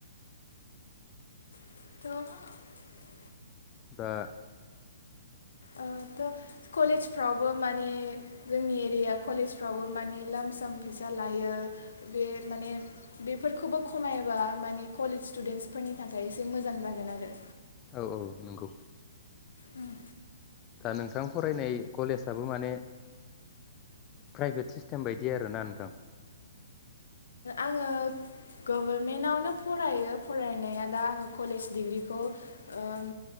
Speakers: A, on the left (about 65°); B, on the left (about 25°).
A: थ''
B: दा
A: ओ थ' कलेजफ्रावबो माने जोंनि एरिया कलेजफ्रावबो माने लाम साम फैसा लायो बे माने बेफोरखौबो खमायोबा माने कलेज स्टुडेन्सफोरनि थाखाय एसे मोजां जागोन आरो
B: औ औ नंगौ
A: ओम
B: दा नोंथां फरायनाय कलेजाबो माने प्राइभेट सिस्टेम बायदि आरोना नोंथां
A: आङो गभारमेन्टावनो फरायो फरायनाया दा आङो कलेज डिग्रिखौ ओम